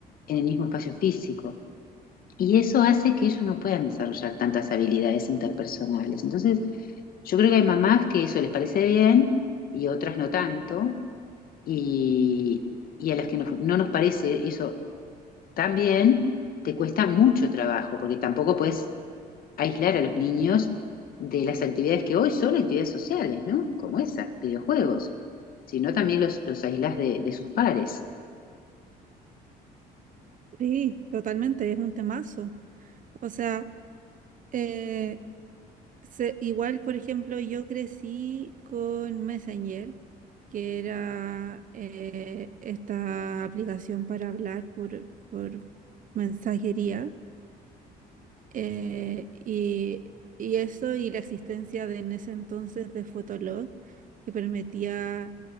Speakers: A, on the left; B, on the right.
A: en el mismo espacio físico. Y eso hace que ellos no puedan desarrollar tantas habilidades interpersonales. Entonces, yo creo que hay mamás que eso les parece bien y otras no tanto, y, y a las que no, no nos parece eso tan bien, te cuesta mucho trabajo, porque tampoco puedes aislar a los niños de las actividades que hoy son actividades sociales, ¿no? Como esas, videojuegos, sino también los, los aislas de, de sus pares.
B: Sí, totalmente, es un temazo. O sea, eh, se- igual, por ejemplo, yo crecí con Messenger, que era eh, esta aplicación para hablar por, por mensajería. Eh, y, y eso y la existencia de en ese entonces de Fotolog, que permitía